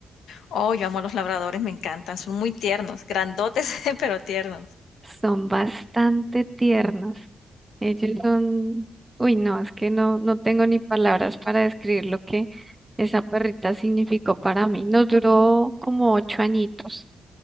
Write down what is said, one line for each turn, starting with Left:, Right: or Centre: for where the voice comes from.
Left: Oh, yo amo a los labradores, me encantan. Son muy tiernos, grandotes, <laughs> pero tiernos.
Right: Son bastante tiernos. Ellos Ujú. son, uy, no, es que no, no tengo ni palabras para describir lo que esa perrita significó para mí. Nos duró como ocho añitos,